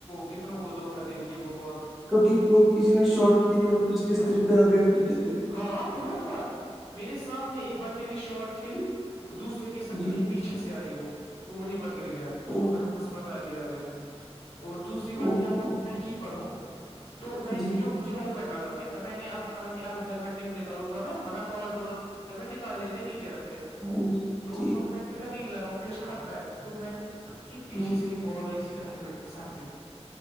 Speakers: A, on the left; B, in the centre.
A: کتنوں کو دھوکا دیتی وہ بہت
B: کبڈی کسی نے شارٹ کھیل اور کسی کے سر
A: اچھا
B: پہ آ گیا پیچھے سے
A: ہاں بہت بار میرے سامنے ایک بندے نے شارٹ کھیلی اور دوسرے کے سر
B: جی
A: کے پیچھے سے آئی وہ وہ وہیں پر گر گیا اس
B: اوہ
A: کو پھر ہسپتال لیا گیا اور دوسری بار
B: اوہ
A: کیا ہوا
B: اوہ
A: میں کیپر ھوں تو میں
B: جی
A: جو مجھے ہیللمٹ لگایا تھا میں نے اب کہ آب ہیللمٹ نہیں نکالوں گا میں ورنہ فاس بولر نکال لیتے نیچے رکھتے
B: ہاں
A: تو
B: جی
A: اس وقت میں نہیں لگاؤوں کہ خطرہ ہے تو میں نے کہ پیچھے
B: ہوں
A: سے ایک بال آئی سیدھا ہیلمٹ کے سر پہ